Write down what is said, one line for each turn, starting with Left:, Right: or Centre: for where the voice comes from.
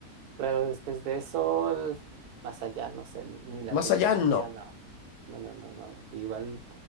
Right: Claro, después de eso, el- más allá, no sé, ni, ni la
Left: Más
Right: tecnología,
Left: allá, no.
Right: no. No, no, no, no. Igual